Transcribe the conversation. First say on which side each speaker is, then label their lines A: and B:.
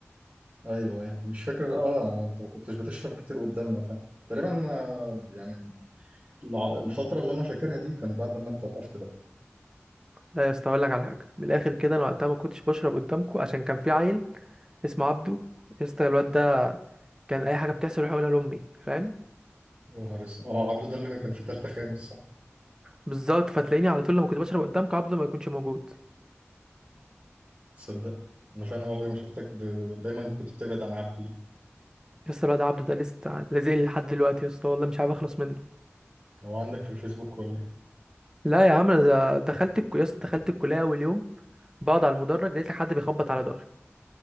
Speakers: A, on the right; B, on the right.
A: ايوه ايوه مش فاكر اه انت ما كنتش بتشرب كتير قدامنا فعلا تقريبا انا يعني الع- الفتره اللي انا فاكرها دي كان بعد ما انت وقفت بقى
B: لا يا اسطى اقول لك على حاجه من الاخر كده انا وقتها ما كنتش بشرب قدامكم عشان كان في عيل اسمه عبده يا اسطى الواد ده كان اي حاجه بتحصل يروح يقولها لامي فاهم
A: يا نهار اسود اه عبده ده اللي كان في تالتة خامس صح
B: بالظبط فتلاقيني على طول لما كنت بشرب قدامك عبده ما يكونش موجود
A: تصدق انا فعلا عمري ما شفتك ب... دايما كنت بتبعد عن عبده
B: لسه الواد عبده ده لسه لازق لي لحد دلوقتي يا اسطى والله مش عارف اخلص منه
A: هو عندك في الفيسبوك ولا
B: لا يا عم انا ده- دخلت الكو... يا اسطى دخلت الكليه اول يوم بقعد على المدرج لقيت لك حد بيخبط على ظهري